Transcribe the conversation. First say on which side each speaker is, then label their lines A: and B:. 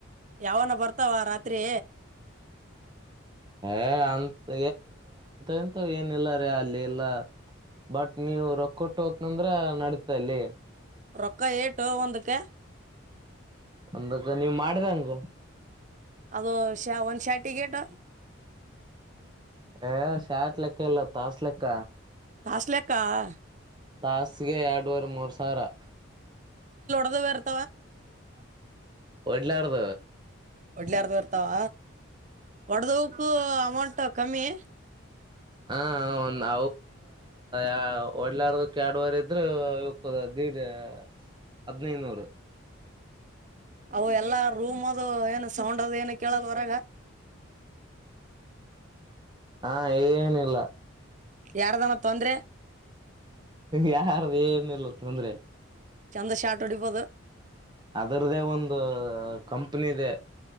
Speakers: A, on the right; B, on the right.
A: ಯಾವನ ಬರ್ತಾವ ರಾತ್ರಿ
B: ಏ ಅಂತ ಅಂತ ಎಂತ ಲ್ಲ ರೇ ಅಲ್ಲಿ ಎಲ್ಲಾ ಬಟ್ ನೀವು ರೊಕ್ಕ ಕೊಟ್ಟು ಹೋಗಕ್ನಂದ್ರ ನಡತ ಅಲ್ಲಿ
A: ರೊಕ್ಕಾ ಏಟೋ ಒಂದುಕ್ಕೆ
B: ಒಂದಕ್ಕ ನೀವ್ ಮಾಡ್ದಂಗ
A: ಅದು ಶ ಒಂದ್ ಶ್ಯಾಟಿಕೇಟ್
B: ಹಾ ಸಾಟ್ ಕ್ಕ ಕಲ್ಲ ತಾಸಲಕ್ಕ
A: ತಾಸ್ಲೆಕ್ಕ <inaudible>
B: ತಾಸ್ಗೆ ಎರಡು ಮೂರು ಸಾವಿರ
A: ಅ
B: ವಡ್ಲಾರ್ದ
A: ಒಡ್ಲಾರದು ಇರ್ತಾವ ಹೊಡದ ಹಕು ಅಮೌಂಟ್ ಕಮ್ಮಿ
B: ಹಾ ಒಂದು <inaudible> ಒಡ್ಲಾರದಕ್ಕೆ ಎರಡವರ್ ಇದ್ರು ಇವ ದಡ್ ಹದ್ನೈನೂರು
A: ಅವು ಎಲ್ಲಾ ರೂಮ್ ಅದು ಏನು ಸೌಂಡ್ ಅದು ಏನ ಕೇಳಲ್ವ <inaudible>
B: ಹಾ ಏನಿಲ್ಲ
A: ಯಾರದನ ತೊಂದ್ರೆ
B: ಯಾರ್ದ ಏನ ಇರ್ಲತ್ತ ಅಂದ್ರೆ
A: ಚಂದ ಶಾಟ್ ಹೊಡಿಬೋದು
B: ಅದರ್ದೇ ಒಂದು ಕಂ ಒಪ್ಪನಿದೆ